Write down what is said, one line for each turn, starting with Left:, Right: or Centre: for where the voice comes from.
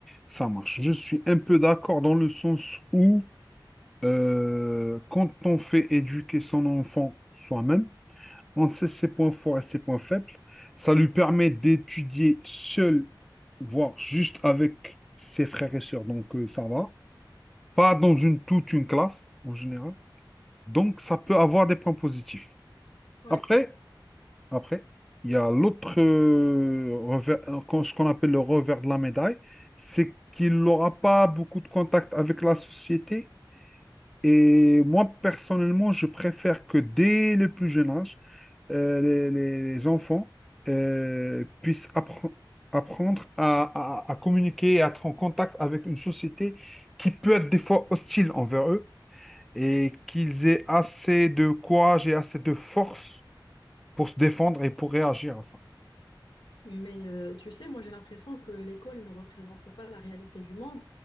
Centre: ça marche. Je suis un peu d'accord dans le sens où Euh, quand on fait éduquer son enfant soi-même, on sait ses points forts et ses points faibles. Ça lui permet d'étudier seul, voire juste avec ses frères et sœurs. Donc, euh, ça va. Pas dans une, toute une classe, en général. Donc, ça peut avoir des points positifs.
Left: Ouais.
Centre: Après, après, il y a l'autre euh, revers, euh, qu'on- ce qu'on appelle le revers de la médaille, c'est qu'il n'aura pas beaucoup de contact avec la société Et moi, personnellement, je préfère que dès le plus jeune âge, euh, les, les- les enfants euh, puissent appren- apprendre à, à- à communiquer, et à être en contact avec une société qui peut être des fois hostile envers eux et qu'ils aient assez de courage et assez de force pour se défendre et pour réagir à ça.
Left: Mais euh, tu sais, moi j'ai l'impression que l'école ne représente pas la réalité du monde,